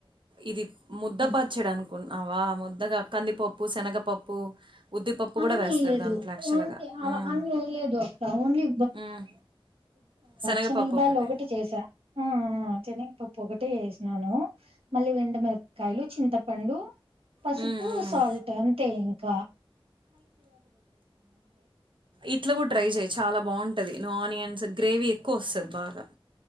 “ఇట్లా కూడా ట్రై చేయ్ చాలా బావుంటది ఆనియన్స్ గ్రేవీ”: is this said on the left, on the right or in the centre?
Right